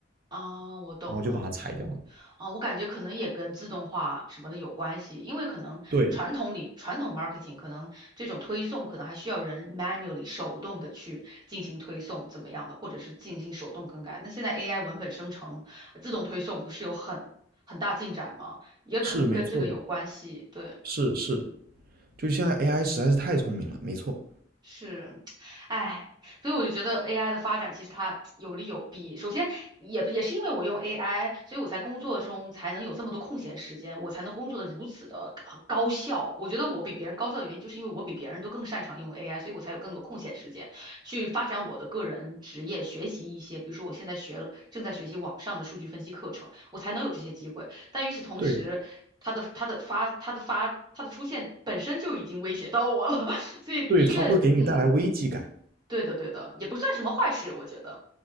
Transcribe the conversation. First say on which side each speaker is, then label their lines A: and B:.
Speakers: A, on the right; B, on the right.
A: 啊，我懂了。
B: 然后就把它裁掉了。
A: 啊，我感觉可能也跟自动化什么的有关系，因为可能传统里传统
B: 对，
A: marketing 可能这种推送可能还需要人 manually 手动的去进行推送怎么样的，或者是进行手动更改。那现在 AI 文本生成、自动推送不是有很很大进展吗？也可能跟这个有关系，
B: 是没错的，
A: 对。
B: 是是，就现在 AI 实在是太聪明了，没错，
A: 是，哎，所以我就觉得 AI 的发展其实它有利有弊。首先，也不也是因为我用 AI，所以我才工作中才能有这么多空闲时间，我才能工作的如此的呃高效。我觉得我比别人高效的原因，就是因为我比别人都更擅长用 AI，所以我才有更多空闲时间去发展我的个人职业，学习一些，比如说我现在学了，正在学习网上的数据分析课程，我才能有这些机会。但与此同时，
B: 对
A: 它的它的发它的发它的出现本身就已经威胁到我了，所以的确，
B: 对，它会给你带来危机感，
A: 嗯，对的，对的，也不算什么坏事，我觉得，